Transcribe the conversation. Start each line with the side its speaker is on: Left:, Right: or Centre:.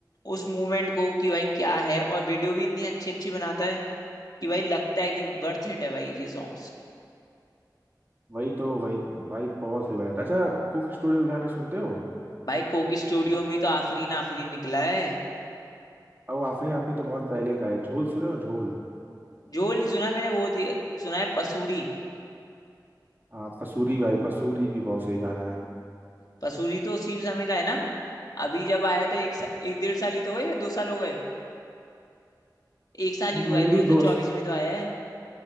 Left: उस मूवमेंट को कि भाई क्या है और वीडियो भी इतनी अच्छी अच्छी बनाता है कि भाई लगता है कि वर्थ इट है भाई ये सॉन्ग्स
Right: वही तो वही भाई बहुत फेवरेट आता है। अच्छा कुक स्टूडियो के गाने सुनते हो
Left: भाई कोक स्टूडियो में ही तो आफरीन आफरीन निकला है
Right: और आपने आपने तो बहुत पहले का है झोल सुने हो झोल
Left: झोल नहीं सुना मैंने वो दे- सुना है पसूरी
Right: हाँ पसूरी भाई पसूरी भी बहुत सही गाना है
Left: पसूरी तो उसी समय का है ना अभी जब आया था एक सा, एक डेढ़ साल ही तो हुआ या दो साल हो गए एक साल ही हुआ
Right: मे
Left: है
Right: भी
Left: दो हजार
Right: दोस्त
Left: चौबीस में ही तो आया है